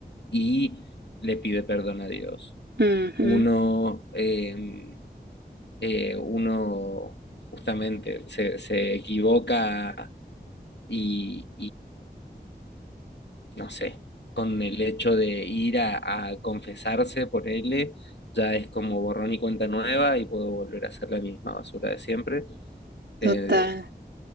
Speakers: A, on the left; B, on the right.
A: y le pide perdón a Dios.
B: <laughs> Ujú,
A: Uno, eh, eh, uno justamente se, se equivoca y no sé, con el hecho de ir a, a confesarse por él, ya es como borrón y cuenta nueva y puedo volver a hacer la misma basura de siempre. Eh,
B: total.